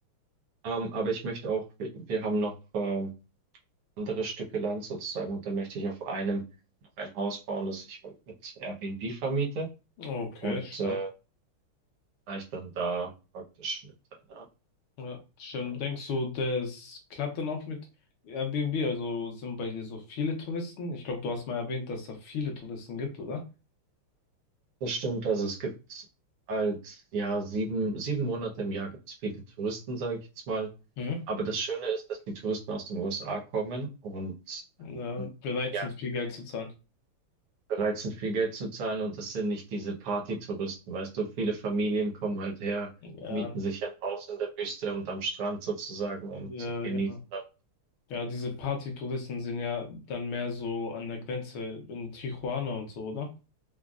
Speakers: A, on the right; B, on the left.
A: Ähm, aber ich möchte auch, wir, wir haben noch ähm, andere Stücke Land sozusagen und da möchte ich auf einem noch ein Haus bauen, das ich halt mit Airbnb vermiete
B: Okay,
A: und
B: stark.
A: äh, vielleicht dann da praktisch mit einer.
B: Ja, stimmt.
A: Äh,
B: Denkst du, das klappt dann auch mit Airbnb? Also sind bei dir so viele Touristen? Ich glaube, du hast mal erwähnt, dass da viele Touristen gibt, oder?
A: das stimmt, also es gibt halt ja sieben, sieben Monate im Jahr gibt es viele Touristen, sage ich jetzt mal.
B: Mhm.
A: Aber das Schöne ist, dass die Touristen aus den USA kommen und
B: Ja,
A: ähm,
B: bereit
A: ja,
B: sind, viel Geld zu zahlen.
A: bereit sind, viel Geld zu zahlen und das sind nicht diese Partytouristen, weißt du, viele Familien kommen halt her,
B: Ja,
A: mieten sich ein Haus in der Wüste und am Strand sozusagen und
B: Ja,
A: genießen
B: genau.
A: dann.
B: Ja, diese Partytouristen sind ja dann mehr so an der Grenze in Tijuana und so, oder?